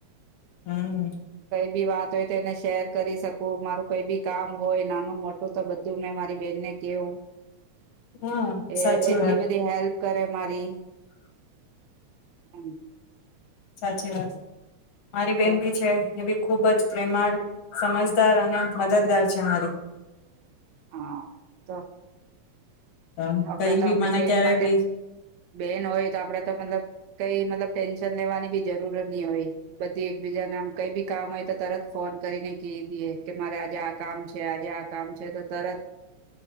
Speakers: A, on the left; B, on the right.
A: હમ્મ.
B: ભી વાત હોય તો એને શેર કરી શકું, મારું કોઈ બી કામ હોય નાનું મોટું તો બધું મેં મા મારી બેનને કેવું.
A: હા
B: એ
A: સાચી
B: એટલી
A: વાત
B: બધી હેલ્પ કરે મારી હમ્મ.
A: સાચી વાત. મારી બેન
B: તો
A: ભી છે, એ બી ખુબ જ પ્રેમાળ, સમજદાર અને મદદગાર છે મારી.
B: હા તો.
A: અ
B: આપડે
A: કઈ
B: તો આપડી
A: બી મને
B: બેન
A: ક્યારે
B: માટે
A: બી
B: બેન હોય તો આપડે તો મતલબ કઈ મતલબ ટેન્શન લેવાની બી જરૂરત નહી હોય, બધી એકબીજા ના આમ કઈ બી કામ હોય તો તરત ફોન કરીને ક દઈએ કે મારે આજે આ કામ છે આજે આ કામ છે તો તરત